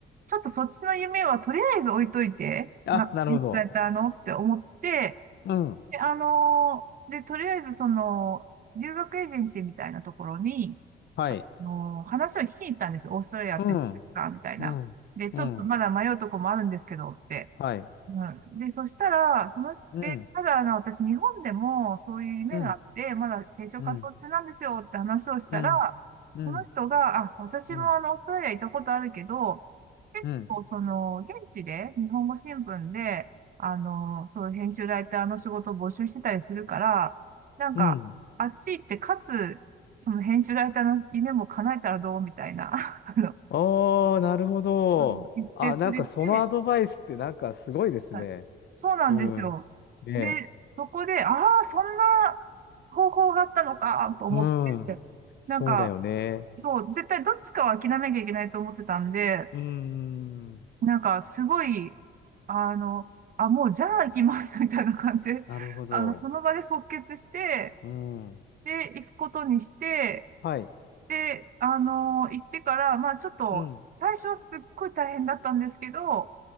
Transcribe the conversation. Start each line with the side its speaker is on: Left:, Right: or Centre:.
Right: ちょっとそっちの夢はとりあえず置いといて、
Left: あ、
Right: な、
Left: なるほど。
Right: いつだったらのって思って、
Left: うん、
Right: で、あの、で、とりあえずその、留学エージェンシーみたいなところに、
Left: はい。
Right: もう話を聞きに行ったんですよ。オーストラリアってどうですかみたいな。
Left: うん、うん、
Right: で、ちょっとまだ迷うとこもあるんですけどって。
Left: うん、はい。
Right: うん、で、そしたら、その人、
Left: うん、
Right: で、ただ、あの、私、日本でもそういう夢があって、
Left: うん、
Right: まだ定常活動中なんですよって話をしたら、
Left: うん、うん、うん、
Right: その人が、あ、私もあの、
Left: うん、
Right: オーストラリア行ったことあるけど、結構、
Left: うん、
Right: その、現地で、日本語新聞で、あの、そう、編集ライターの仕事を募集してたりするから、なんか、
Left: うん。
Right: あっち行って、かつ、その編集ライターの夢も叶えたらどうみたいな、<laughs> あの、
Left: ああ、なるほど。
Right: うん言ってくれて、
Left: あ、なんかそのアドバイスってなんかすごいですね。
Right: はいそうなんですよ。
Left: うん。ねえ
Right: で、そこで、ああ、そんな方法があったのかと思って、
Left: うん。そうだよね。
Right: なんか、そう、絶対どっちかは諦めなきゃいけないと思ってたんで、
Left: うーん。
Right: なんか、すごい、あの、あ、もうじゃあ行きます <laughs> みたいな感じで、
Left: なるほど。
Right: あの、その場で即決して、
Left: うん。
Right: で、行くことにして、
Left: はい。
Right: で、あの、行ってから、まあちょっと、
Left: うん。
Right: 最初はすっごい大変だったんですけど、